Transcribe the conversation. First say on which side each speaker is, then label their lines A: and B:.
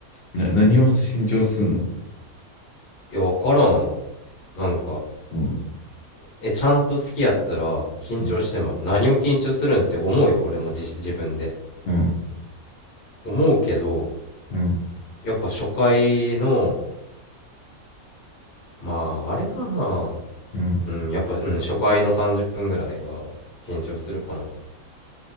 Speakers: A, on the left; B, on the left.
A: な、何を信条すんの
B: う。いや、わからん。なんか、
A: うん。
B: え、ちゃんと好きやったら、緊張しても、
A: うん。
B: 何を緊張するんって思うよ、俺も自、自分で。
A: うん。
B: 思うけど、
A: うん。
B: やっぱ初回の、まあ、あれかな。
A: うん。
B: うん、やっぱ、うん、初回の30分ぐらいは、緊張するかな。